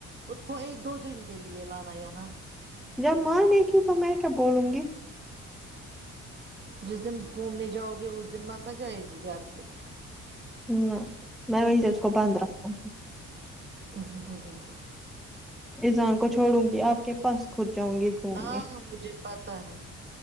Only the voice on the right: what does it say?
اس کو ایک دو دن کے لیے لانا یہاں
جس دن گھومنے جاؤ گے اس دن مت نہ جائے گی گھر کو
اوں ہوں ہوں ہوں
ہاں مجھے پتا ہے